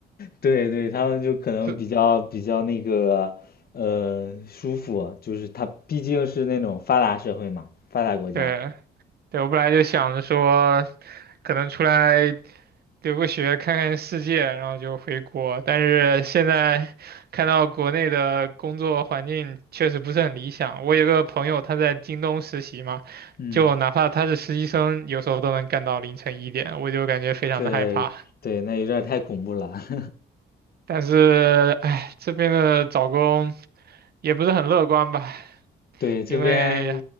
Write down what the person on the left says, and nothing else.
对对，他们就可能比较比较那个，
呃，舒服，就是他毕竟是那种发达社会嘛，发达国家。
嗯，
对对，那有点儿太恐怖了。<laughs>
对，这边，